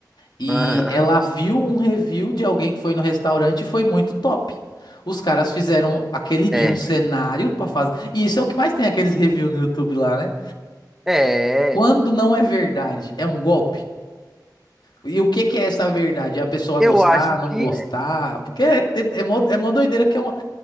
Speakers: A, on the left; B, in the centre.
A: E
B: <laughs> Aham.
A: ela viu um review de alguém que foi no restaurante e foi muito top. Os caras fizeram aquele dia
B: É.
A: um cenário pra fazer. E isso é o que mais tem aqueles reviews no YouTube lá, né?
B: É.
A: Quando não é verdade, é um golpe. E o que que é essa verdade? É a pessoa
B: Eu
A: gostar,
B: acho
A: não
B: que.
A: gostar? Porque é, é, é mó, é mó doideira que é, uma,